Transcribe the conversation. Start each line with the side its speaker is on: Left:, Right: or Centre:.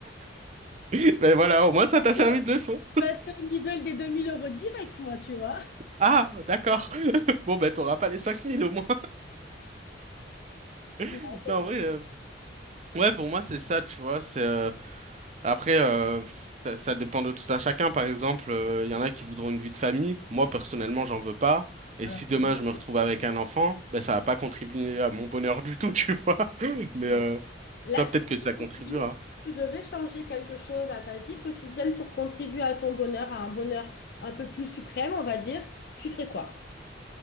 Right: <laughs> Ben voilà, au moins, ça t'a servi
Left: Bon,
Right: de leçon.
Left: Passer au niveau des 2000 euros direct, moi, tu vois.
Right: Ah, d'accord. <laughs> Bon, ben, t'auras pas les 5000 au moins.
Left: Non,
Right: <laughs>
Left: c'est
Right: Non,
Left: vrai.
Right: en vrai, euh, Ouais, pour moi, c'est ça, tu vois. C'est euh, Après, euh, ça ça dépend de tout un chacun. Par exemple, euh, il y en a qui voudront une vie de famille. Moi, personnellement, j'en veux pas. Et
Left: Alors,
Right: si demain
Left: pour moi,
Right: je me
Left: c'est-
Right: retrouve avec un enfant, ben ça va pas contribuer à mon bonheur du tout, <laughs> tu vois. Mais euh,
Left: ouais. là,
Right: toi,
Left: si
Right: peut-être que ça
Left: aujourd'hui,
Right: contribuera.
Left: tu devais changer quelque chose à ta vie quotidienne pour contribuer à ton bonheur, à un bonheur un peu plus suprême, on va dire, tu ferais quoi?